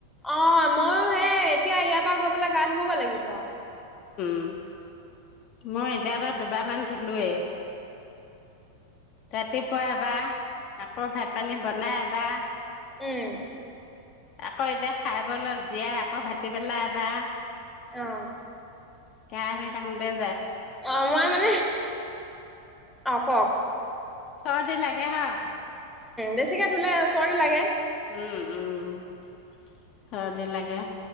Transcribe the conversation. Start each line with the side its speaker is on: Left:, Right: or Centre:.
Centre: অ মইো সেই এতিয়া ইয়াৰ পৰা গৈ পেলাই কা ধবগৈ লাগিব
Left: উ মই এতিয়া ত দুবাৰ মান ধলোৱেই ৰাতিপুৱা এবাৰ আকৌ ভাত পানী বনাই বা
Centre: উম
Left: আকৌ এতিয়া খাই ব অলপ জীয়াই আকৌ ভতি পেলাই বা
Centre: আহ
Left: কাৰে দে
Centre: আহ মই মানে অ কওক
Left: চৰদিন লাগে হয়
Centre: বেছিকৈ ধুলে চৰ্দি লাগে
Left: উম, উম। চৰ্দি লাগে।